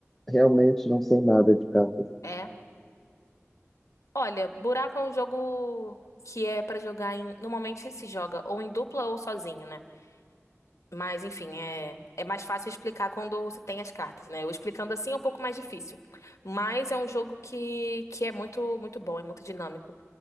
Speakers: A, in the centre; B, on the left.
A: realmente não sei nada de cartas.
B: É. Olha, buraco é um jogo que é pra jogar em. Normalmente se joga ou em dupla ou sozinho, né? Mas enfim, é, é mais fácil explicar quando você tem as cartas, né? Eu explicando assim é um pouco mais difícil. Mas é um jogo que, que é muito, muito bom, é muito dinâmico